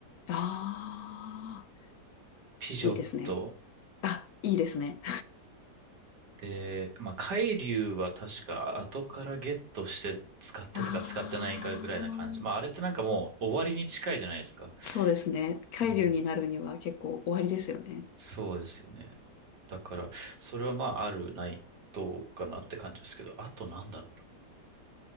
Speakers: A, on the left (about 70°); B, on the right (about 75°).
A: ああ、
B: ピジョット
A: いいですね。あ、いいですね。
B: で、まあ海竜は確か後からゲットして使ってたか使ってないかぐらいな感じ。
A: ああ、
B: まああれってなんかもう終わりに近いじゃないですか。
A: そうですね。海流になるには結構終わりですよね。
B: うん。そうですよね。だから、それはまああるないどうかなって感じですけど、あとなんだろう。